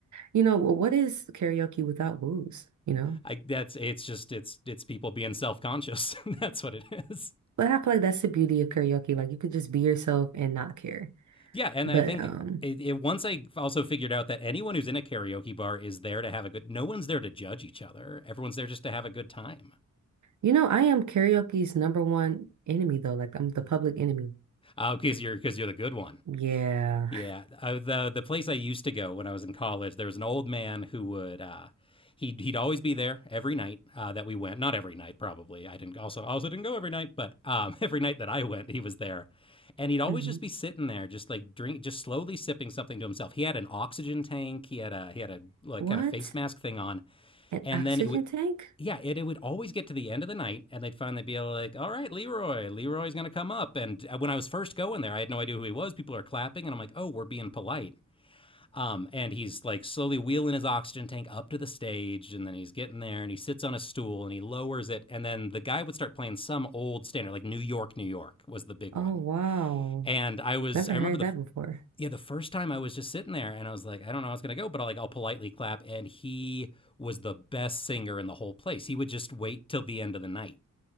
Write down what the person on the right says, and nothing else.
You know, wh- what is karaoke without booze, you know?
But I feel like that's the beauty of karaoke. Like you could just be yourself and not care.
But
um,
you know, I am karaoke's number one enemy though. Like I'm the public enemy.
Yeah.
hmm
What?
An
oxygen
tank? <laughs>
Oh wow.
Never
heard
that before.